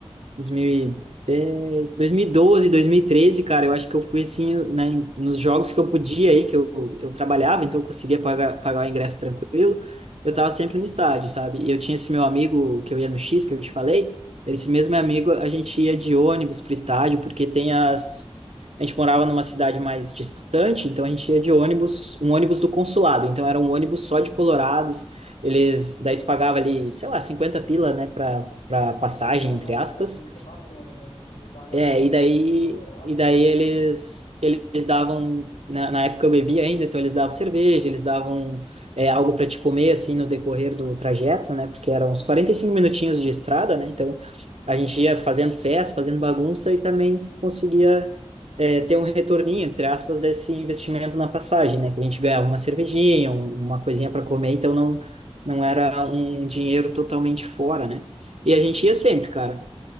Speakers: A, on the right; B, on the left.
A: 2010, 2012, 2013, cara, eu acho que eu fui assim, né, nos jogos que eu podia aí, que eu, eu trabalhava, então eu conseguia pagar, pagar o ingresso tranquilo, eu
B: Aham.
A: tava sempre no estádio, sabe? E eu tinha esse meu amigo que eu ia no X, que eu te falei, esse mesmo
B: Sim,
A: meu amigo, a gente ia de ônibus pro estádio, porque tem as... A gente morava numa cidade mais distante, então a gente ia de ônibus, um ônibus do consulado, então era um ônibus só de colorados, eles... Daí tu pagava ali, sei lá, 50 pila, né, pra, pra passagem,
B: pô, e com a
A: entre
B: galera
A: aspas,
B: devia ser bacana, né? Juntar a galera,
A: é, e
B: todo
A: daí,
B: mundo colorado
A: e
B: e
A: daí
B: junto.
A: eles, eles davam, na, na época eu bebia ainda, então eles davam cerveja, eles davam é, algo para te comer, assim, no decorrer do trajeto, né? Porque eram
B: Aham.
A: uns quarenta e cinco minutinhos de estrada, né? Então a gente ia fazendo festa, fazendo bagunça e também conseguia é, ter um retorninho, entre aspas, desse investimento na passagem, né? Que a gente ganhava uma cervejinha, um, uma coisinha para comer, então não, não era um
B: En-
A: dinheiro totalmente fora, né?
B: Entendi.
A: E a gente ia sempre, cara.